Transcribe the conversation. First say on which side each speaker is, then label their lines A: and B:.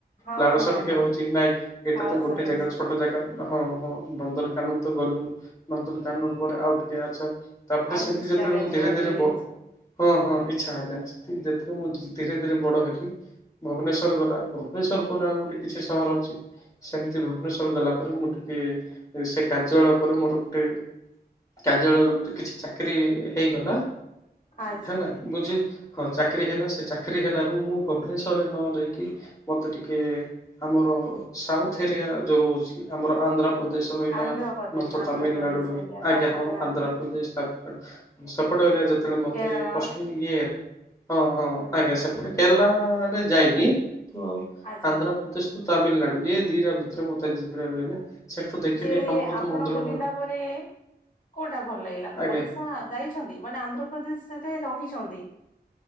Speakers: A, on the left; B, on the left.
A: ହଁ
B: ଲାଳସା
A: ହଁ
B: ଟିକେ
A: ହଁ
B: ରହୁଚି ନାଇଁ ଏଇଟା
A: ଲାଳସା
B: ତ ଗୋଟେ
A: ରହୁଛି
B: ଜାଗା ଛୋଟ ଜାଗା ହଁ ହଁ ନନ୍ଦନକାନନ ତ ଗଲୁ ନନ୍ଦନକାନନ ପରେ ଆଉ ଟିକେ ଆଛା ତାପରେ
A: ଆଉ
B: ସେମତି
A: କିଛି
B: ଯେତେବେଳେ
A: ଜାଗା
B: ମୁଁ
A: ଯିବାକୁ
B: ଧୀରେ ଧୀରେ
A: ଇଚ୍ଛା
B: ବ ହଁ ହଁ ଇଚ୍ଛା ହେଲା ସେଥି ଯେତେଳେ ମୁଁ ଧୀରେ ଧୀରେ ବଡ ହେଲି ଭୁବନେଶ୍ ଶ୍ୱର ଗଲା ଭୁବନେଶ୍ୱର ପରେ ଆଉ ଗୋଟେ କିଛି ସହର ଅଛି? ସେମତି ଭୁବନେଶ୍ଵର ଗଲା ପରେ ମୁଁ ଟିକେ ଏ ସେ କାର୍ଯ୍ୟାଳୟ ପରେ ମୋର ଗୋଟେ କାର୍ଯ୍ୟାଳୟ ରୂପରେ କିଛି ଚାକିରି ହେଇଗଲା।
A: ଆଚ୍ଛା
B: ହେଲା ବୁଝି ହଁ ଚାକିରି ହେଲା ସେ ଚାକିରି ହେଲାରୁ ମୁଁ ଭୁବନେଶ୍ଵରରେ ନ ରେଇକି ମତେ ଟିକେ ଆମର ସାଉଥ ଏରିଆ ଯୋଉ ରହୁଚି ଆମର ଆନ୍ଧ୍ରା ପ୍ରଦେଶ ରହିଲା
A: ଆନ୍ଧ୍ରପ୍ରଦେଶ
B: ନହେଲେ ତ
A: ଆନ୍ଧ୍ରପ୍ରଦେଶ
B: ତାମିଲନାଡୁ ରହିଲା
A: ଏରିଆ ତାମିଲନାଡୁ
B: ଆଜ୍ଞା ହଁ ଆନ୍ଧ୍ରପ୍ରଦେଶ ତା ସେପଟ ଏରିଆ ଯେତେଳେ ମତେ
A: କେରଳ
B: ପୋଷ୍ଟିଂ ଇଏ ହେଲା ହଁ ହଁ
A: ହୁଁ
B: ଆଜ୍ଞା ସେପଟେ କେରଲା ଆଡେ ଯାଇନି ତ
A: ଆଚ୍ଛା
B: ଆନ୍ଧ୍ର ପ୍ରଦେଶରୁ ତାମିଲନାଡୁ ଏ ଦିଟା ଭିତରେ ମତେ ଯେତେବେଳେ ରହିଲେ ସେଠୁ ଦେଖିଲି
A: ଯେ
B: ଆମର
A: ଆପଣ
B: ତ ମନ୍ଦିର
A: ବୁଲିଲା ପରେ କୋଉଟା ଭଲ ଲାଗିଲା
B: ଆଜ୍ଞା
A: ଓଡିଶା ଯାଇ ଛନ୍ତି ମାନେ ଆନ୍ଧ୍ରପ୍ରଦେଶ ସେଯାଏଁ ରହିଛନ୍ତି?